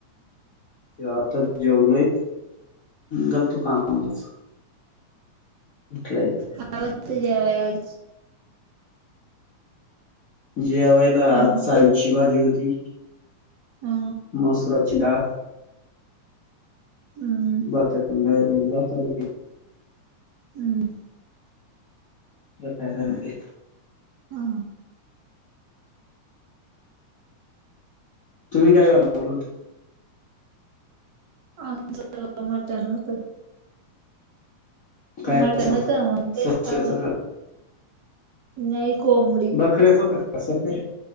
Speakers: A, on the left; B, on the right.
A: आता जेवलोय. गलतू कालास लाईक
B: काय होत ज्याव आज
A: जेवयेला
B: हम्म
A: आज साईची बाजी होती
B: हा
A: मसराची डाळ
B: हम्म
A: ब ब
B: हम्म
A: बाय स
B: ह
A: तुमही काय चाल होत
B: आच मटन होत
A: खायचं
B: मटन होत मग तेच
A: सश्याचा
B: खालं.
A: का
B: नाही को मु
A: बखर्या च होत का